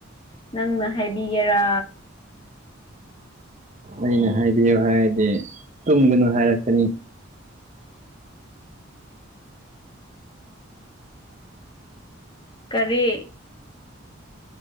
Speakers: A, on the left; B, on the right.
A: ꯅꯪꯅ ꯍꯥꯏꯕꯤꯒꯦꯔꯥ
B: ꯑꯩꯅ ꯍꯥꯏꯕꯤꯌꯨ ꯍꯥꯏꯔꯗꯤ ꯇꯨꯝꯒꯅꯨ ꯍꯥꯏꯔꯛꯀꯅꯤ
A: ꯀꯔꯤ